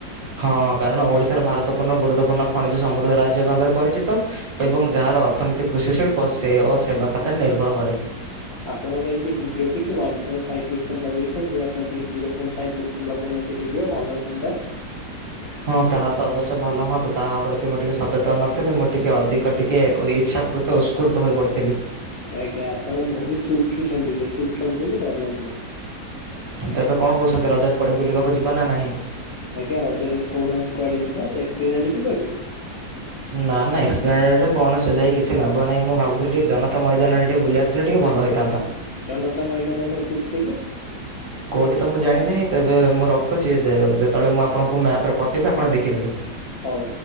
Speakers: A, on the right; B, on the left.
A: ହଁ କାରଣ ଓଡିଶାର ଭାରତପୂର୍ଣ୍ଣ ଗୁରୁତ୍ୱପୂର୍ଣ୍ଣ ଖଣିଜ ସମୃଦ୍ଧ ରାଜ୍ୟ ଭାବରେ ପରିଚିତ, ଏବଂ ଯାହାର ଅର୍ଥନୀତି କୃଷି ଶିଳ୍ପ ସେ ଓ ସେବା ଖାତାରେ ନିର୍ଭର କରେ
B: ଆପଣ କାହିଁକି ଭିଡିଓ ଟିକୁ ଓନେ ପଏଣ୍ଟ ଫାଇଭ ପିକ୍ସେଲ ଲଗେଇଛନ୍ତି ଆପଣ ଟିକେ ଜିରୋ ପଏଣ୍ଟ ଫାଇବ ଲଗଉ ନାହାନ୍ତି ଭିଡିଓ ଭଲ ହୁଅନ୍ତା
A: ହଁ ତାହା ତ ଅବଶ୍ୟ ଭଲ ହୁଅନ୍ତା ତାହା ପ୍ରତି ମୁଁ ଟିକେ ସଚେତନ ନଥିଲ ମୁଁ ଟିକେ ଅଧିକ ଟିକେ ଇଚ୍ଛାକୃ ଉଷ୍କୃତ ହୋଇ ପଡିଥିଲି।
B: ଆଜ୍ଞା ଆପଣ ବହୁତ ଉଠୁଛନ୍ତି ବେଶୀ ଉଠନ୍ତୁନି ଭଲନୁହଁ।
A: ତେବେ କଣ କହୁଛନ୍ତି ରଜରେ କଆଡେ ବୁଲିବାକୁ ଯିବା ନା ନାହିଁ
B: ଆଜ୍ଞା ରଜରେ କହୁନାହାନ୍ତି କୁଆଡେ ଯିବା ଏସ୍ପିଲାଣ୍ଟ୍ ଯିବା କି?
A: ନା ନା ଏସ୍ପ୍ଲାନେଟ କଣ ସେ ଯାଇ କିଛି ଲାଭ ନାହିଁ ମୁଁ ଭାବୁଥିଲ ଟିକେ ଜନତା ମଇଦାନରେ ଟିକେ ବୁଲିଆସି ଲେ ଟିକେ ଭଲ ହୋଇଥାନ୍ତା।
B: ଜନତା ମଇଦାନ ଆମର କୋଉଠି କହିଲେ?
A: କୋଉଠି ତ ମୁଁ ଜାଣିନାହିଁ ତେବେ ମୁଁ ରଖୁଛି ଯେତେବେଳେ ମୁଁ ଆପଣଙ୍କୁ ମ୍ୟାପରେ ପଠେଇବି ଆପଣ ଦେଖିଦେବେ।
B: ହଉ।